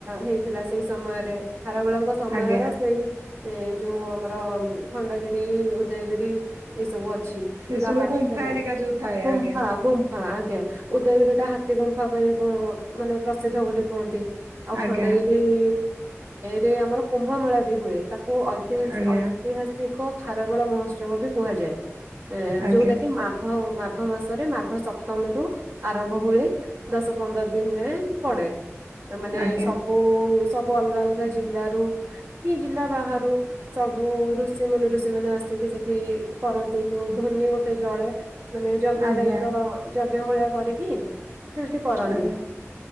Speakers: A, on the right; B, on the right.
A: ହେଇ ଥିଲା ସେଇ ସମୟରେ। ଖାରବେଳଙ୍କ ସମୟର
B: ଆଜ୍ଞା
A: ସେଇ ଏ ଯୋଉ ଆମର ଖଣ୍ଡଗିରି ଉଦୟଗିରି ଏ ସବୁ ଅଛି
B: ସେ
A: ତା
B: ସବୁ
A: ପାଖରେ
B: ଗୁମ୍ଫା ହେରିକା ଯୋଉ ଥାଏ
A: ଗୁମ୍ଫା
B: ଆଜ୍ଞା
A: ଗୁମ୍ଫା ଆଜ୍ଞା ଉଦୟଗିରିଟା ହାତୀ ଗୁମ୍ଫା ପାଇଁ କଣ ମାନେ ପ୍ରସିଦ୍ଧ ବୋଲି କୁହନ୍ତି। ଆଉ
B: ଆଜ୍ଞା।
A: ଖଣ୍ଡଗିରି ରେ ଆମର କୁମ୍ଭମେଳା ବି ହୁଏ ତାକୁ ଐତି ଐତିହାସ
B: ଆଜ୍ଞା
A: ଐତିହାସିକ ଖାରବେଳ ମହୋତ୍ସବ ବି କୁହାଯାଏ।
B: ଆଜ୍ଞା
A: ଯୋଉଟା କି ମାଘ ମାଘ ମାସରେ ମାଘ ସପ୍ତମୀରୁୁ ଆରମ୍ଭ ହୁଏ। ଦଶ ପନ୍ଦର ଦିନ ଯାଏଁ ପଡେ ଏମାନେ
B: ଆଜ୍ଞା
A: ସବୁ ଓ ସବୁ ଅଲଗା ଅଲଗା ଜିଲ୍ଲାରୁ କି ଜିଲ୍ଲା ବାହାରୁ ସବୁ ଋଷି ମୁନି ଋଷି ମାନେ ଆସିକି ସେଠି କରନ୍ତି ଯୋଉ ଧ୍ୱନି ଗୋଟେ ଜଳେ। ମାନେ ଯଜ୍ଞ
B: ଆଜ୍ଞା।
A: ଟାଇପ ର ଯଜ୍ଞ ଭଳିଆ କରିକି ସୃଷ୍ଟି କରନ୍ତି।
B: ଆଜ୍ଞା।